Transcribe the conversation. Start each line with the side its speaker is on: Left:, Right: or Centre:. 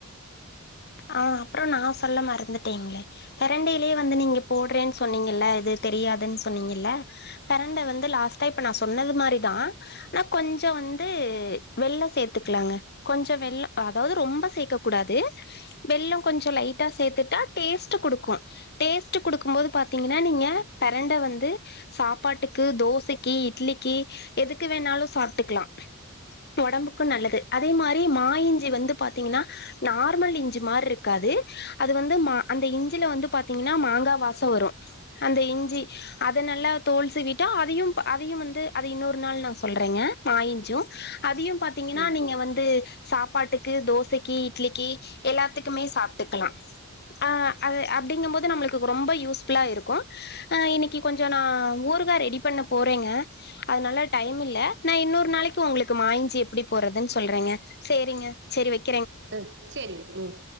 Left: ஆஹ் அப்புறம் நான் சொல்ல மறந்துட்டேங்களே பெரண்டையிலயே வந்து நீங்க போடுறேன்னு சொன்னீங்கல்ல இது தெரியாதுன்னு சொன்னீங்கல்ல பிரண்டை வந்து லாஸ்ட்டா இப்ப நான் சொன்னது மாதிரிதான் ஆனா கொஞ்சம் வந்து வெள்ளை சேர்த்துக்கலாங்க கொஞ்சம் வெள்ள அதாவது ரொம்ப சேர்க்க கூடாது வெள்ளம் கொஞ்சம் லைட்டா சேர்த்துட்டா டேஸ்ட் குடுக்கும் டேஸ்ட்ட் குடுக்கும் போது பாத்தீங்கன்னா நீங்க பெரண்டை வந்து சாப்பாட்டுக்கு தோசைக்கு இட்லிக்கு எதுக்கு வேணாலும் சாப்பிட்டுக்கலாம் உடம்புக்கும் நல்லது அதே மாதிரி மாய இஞ்சி வந்து பாாரத்தீங்கன்னா நார்மல் இஞ்சி அ்சு மாதிரி இருக்காது அது வந்து அந்த இஞ்சியில வந்து பாத்தீங்கன்னா மாங்காய் வாசம் வரும் அந்த இஞ்சி அத நல்லா தோல் சிவிவிட்டுஅதையும் அதையும் வந்து அத இன்னொரு நாள் நான் சொல்றேங்க மாயிஞ்சும் அதையும் பாத்தீங்கன்னா
Right: ம்
Left: நீங்க வந்து சாப்பாட்டுக்கு தோசைக்கு இட்லிக்கு எல்லாத்துக்குமே சாப்பிட்டுக்கலாம் ஆஹ் அது அப்படிங்கும் போது நம்மளுக்கு ரொம்ப யூஸ்புல்லா இருக்கும் ஆஹ இன்னைக்கு கொஞ்சம் நான் ஊருக்கா ரெடி பண்ண போறேங்க அதனால டைம் இல்லை நான் இன்னொரு நாளைக்கு உங்களுக்கு மாயிஞ்சு எப்படி போடுறதுன்னு சொல்றேங்க செரிங்க செரி வ
Right: ஹம் செரி உம்